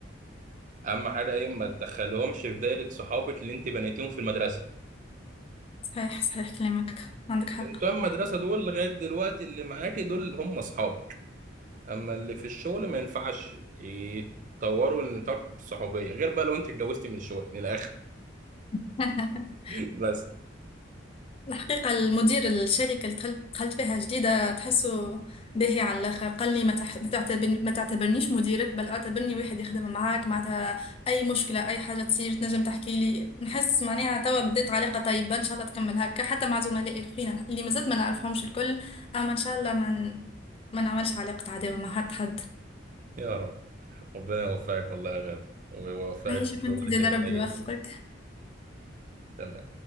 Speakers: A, on the right; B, on the left.
A: اهم حاجه ايه ما تدخلهمش في دايره صحابك اللي انت بنيتيهم في المدرسه
B: صحيح صحيح كلامك عندك حق
A: بتوع المدرسة دول لغاية دلوقتي اللي معاكي دول هم أصحابك أما اللي في الشغل ما ينفعش يتطوروا لنطاق الصحوبية غير بقى لو أنت اتجوزتي من الشغل من الآخر
B: <laughs>
A: <laughs> بس
B: الحقيقة المدير الشركة اللي دخلت دخلت فيها جديدة تحسه باهي على الآخر قال لي ما تح- ما تعتبرني ما تعتبرنيش مديرك بل اعتبرني واحد يخدم معاك معناتها أي مشكلة أي حاجة تصير تنجم تحكي لي نحس معناها توا بدات علاقة طيبة إن شاء الله تكمل هكا حتى مع زملائي الأخرين اللي مازلت ما نعرفهمش الكل أما إن شاء الله ما ن- ما نعملش علاقة عداوة مع حد حد
A: يا رب ربنا يوفقك والله يا غادة ويوفقك
B: عايشة
A: في
B: كنت
A: شغلك
B: زاد
A: اللي
B: ربي
A: جاي
B: يوفقك
A: كله تمام